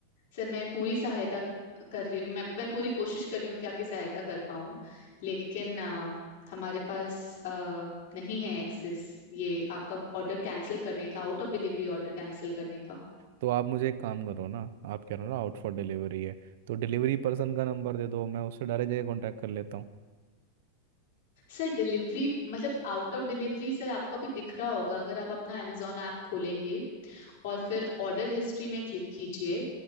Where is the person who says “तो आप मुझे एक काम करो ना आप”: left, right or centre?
Right